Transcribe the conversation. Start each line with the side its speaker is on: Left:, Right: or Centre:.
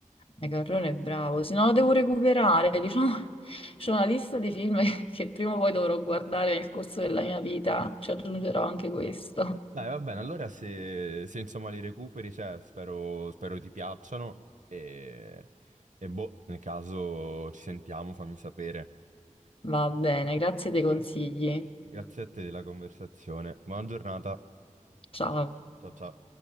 Left: e Carrone è bravo, se no lo devo recuperare, diciamo, <laughs> c'è una lista di film <laughs> che prima o poi dovrò guardare nel corso della mia vita, ci aggiungerò anche questo.
Right: Dai, va bene, allora se, se, insomma li recuperi, cioè, spero, spero ti piacciono e, e boh, nel caso ci sentiamo, fammi sapere.
Left: Va bene, grazie dei consigli.
Right: Grazie a te della conversazione. Buona giornata.
Left: Ciao.
Right: Ciao ciao.